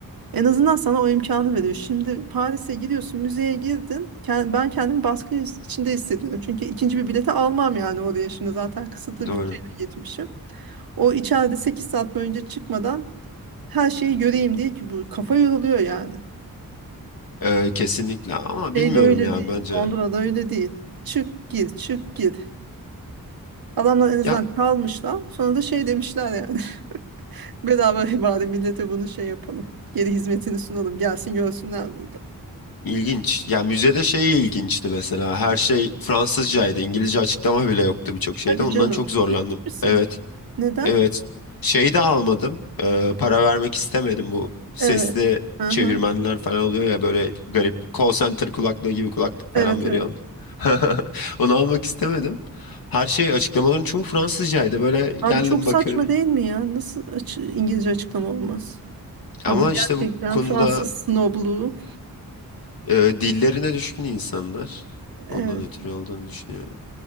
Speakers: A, on the right; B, on the left.
A: En azından sana o imkanı veriyor. Şimdi Paris'e gidiyorsun müzeye girdin. Ken- Ben kendimi baskı içinde hissediyordum. Çünkü ikinci bir bileti almam yani oraya şimdi zaten kısıtlı
B: <laughs> Doğru.
A: bütçeyle gitmişim. O içeride 8 saat boyunca çıkmadan her şeyi göreyim diye ki bu kafa yoruluyor yani.
B: E, kesinlikle ama
A: Şeyde
B: bilmiyorum
A: öyle
B: ya
A: değil.
B: bence.
A: Londra'da öyle değil. Çık gir çık gir. Adamlar en azından
B: Ya
A: kalmışlar. Sonra da şey demişler yani. <laughs> Bedava bari millete bunu şey yapalım. Geri hizmetini sunalım. Gelsin görsünler burada.
B: ilginç. Ya müzede şey ilginçti mesela her şey Fransızcaydı İngilizce açıklama bile yoktu birçok şeyde
A: Hadi
B: ondan
A: canım.
B: çok zorlandım.
A: Ciddi misin?
B: Evet.
A: Neden?
B: Evet. şeyi de almadım. Ee, para vermek istemedim bu sesli
A: Evet. Aha.
B: çevirmenler falan oluyor ya böyle garip call center kulaklığı gibi kulaklık falan
A: Evet
B: veriyorlar.
A: evet.
B: <laughs> Onu almak istemedim. Her şey açıklamaların çoğu Fransızcaydı. Böyle
A: Abi
B: geldim
A: çok saçma
B: bakıyorum.
A: değil mi ya? Nasıl açı- İngilizce açıklama olmaz?
B: Ama
A: Ha, bu gerçekten
B: işte bu konuda
A: Fransız snobluğu.
B: e, dillerine düşkün insanlar.
A: Evet.
B: Ondan ötürü olduğunu düşünüyorum.